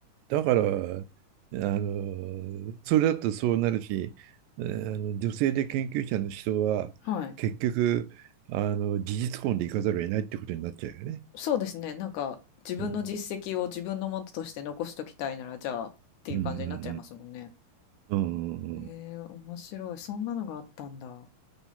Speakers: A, on the right; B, on the left.
A: だから、あの、それだとそうなるし、えーあの女性で研究者の人は、
B: はい。
A: 結局、あの、事実婚でいかざるを得ないってことになっちゃうよね。
B: そうですね。なんか、自分の実績を自分のものとして残しときたいなら、
A: うん、
B: じゃあ、っていう感じになっちゃいますもんね。
A: うん、うん、うん、うん、うん
B: えー、面白い。そんなのがあったんだ。